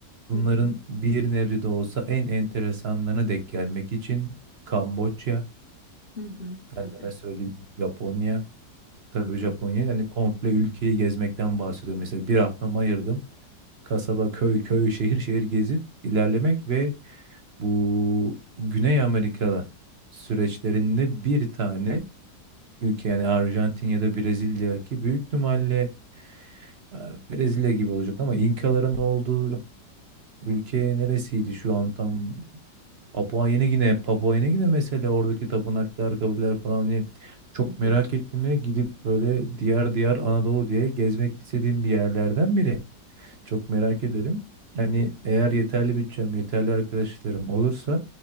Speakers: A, on the right (about 45°); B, on the left (about 35°).
A: Bunların
B: hı hı,
A: bir nebze de olsa en enteresanlarına denk gelmek için Kamboçya,
B: hı hı, tabii.
A: efendime söyleyeyim Japonya. Tabii
B: Hı
A: Japonya
B: hı,
A: yani komple ülkeyi gezmekten bahsediyorum. Mesela bir haftamı ayırdım. Kasaba, köy, köy, şehir, şehir gezip ilerlemek ve bu Güney Amerika'da süreçlerinde bir tane ülke yani Arjantin ya da Brezilya ki büyük ihtimalle e, Brezilya gibi olacak ama İnkaların olduğu ülke neresiydi şu an tam Papua Yeni Gine Papua Yeni Gine mesela oradaki tapınaklar kabileler falan hani çok
B: hı
A: merak
B: hı,
A: ettiğime gidip böyle diyar diyar Anadolu diye gezmek istediğim bir yerlerden biri çok merak ederim. Hani
B: hı hı.
A: eğer yeterli bütçem yeterli arkadaşlarım olursa